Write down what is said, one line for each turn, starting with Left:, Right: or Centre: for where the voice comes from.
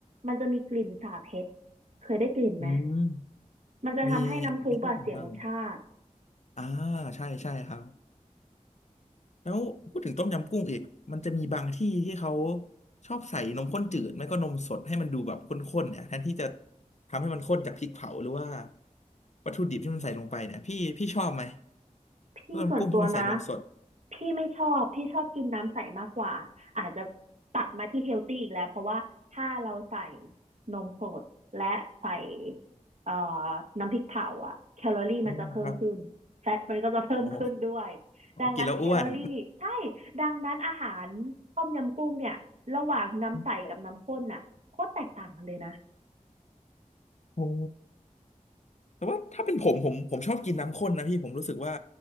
Right: มันจะมีกลิ่นสาบเห็ด เคยได้กลิ่นไหม
Left: อืม
Right: มันจะทำให้น้ำซุปอะเสียรสชาติ
Left: มีมีได้กินบ้างอ่าใช่ใช่ครับแล้วพูดถึงต้มยำกุ้งอีกมันจะมีบางที่ที่เขาชอบใส่นมข้นจืดไม่ก็นมสดให้มันดูแบบข้นๆเนี่ยแทนที่จะทำให้มันข้นจากพริกเผาหรือว่าวัตถุดิบที่มันใส่ลงไปเนี่ยพี่พี่ชอบไหม
Right: พี่ส่วนตัวนะ
Left: ต้มยำกุ้งที่มันใส่นมสด
Right: พี่ไม่ชอบพี่ชอบกินน้ำใสมากกว่าอาจจะตัดมาที่เฮลตี้อีกแล้วเพราะว่าถ้าเราใส่นมสดและใส่เอ่อน้ำพริกเผาอะแคลอรี่มันจะเพิ่มขึ้นแฟตมันก็จะเพิ่มขึ้นด้วย
Left: อืมครับ โอ้โอ้กินแล้วอ้วน
Right: ดังนั้นแคลอรี่ใช่ดังนั้นอาหารต้มยำกุ้งเนี่ยระหว่างน้ำใสกับน้ำข้นน่ะโคตรแตกต่างกันเลยนะ
Left: <laughs> โอ้แต่ว่าถ้าเป็นผมผมผมชอบกินน้ำข้นนะพี่ผมรู้สึกว่า